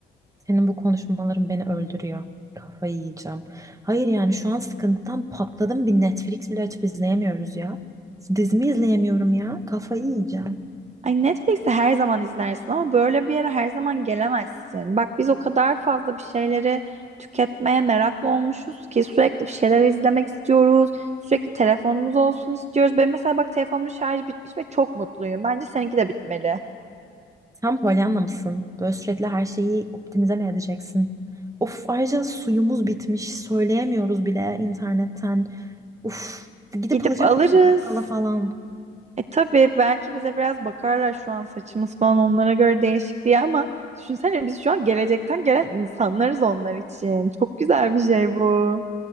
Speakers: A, on the right (about 15°); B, on the right (about 35°).
A: Senin bu konuşmaların beni öldürüyor. Kafayı yiyeceğim. Hayır yani şu an sıkıntıdan patladım. Bir Netflix bile açıp izleyemiyoruz ya. Dizimi izleyemiyorum ya. Kafayı yiyeceğim.
B: Ay Netflix'i her zaman izlersin ama böyle bir yere her zaman gelemezsin. Bak biz o kadar fazla bir şeyleri tüketmeye meraklı olmuşuz ki sürekli bir şeyler izlemek istiyoruz. Sürekli telefonumuz olsun istiyoruz. Ben mesela bak telefonumun şarjı bitmiş ve çok mutluyum. Bence seninki de bitmeli.
A: Sen Pollyanna mısın? Böyle sürekli her şeyi optimize mi edeceksin? Of ayrıca suyumuz bitmiş. Söyleyemiyoruz bile internetten. Uf gidip
B: Gidip
A: alacak
B: alırız.
A: mıyız bakkala falan?
B: E tabii belki bize biraz bakarlar şu an saçımız falan onlara göre değişik diye ama düşünsene biz şu an gelecekten gelen insanlarız onlar için. Çok güzel bir şey bu.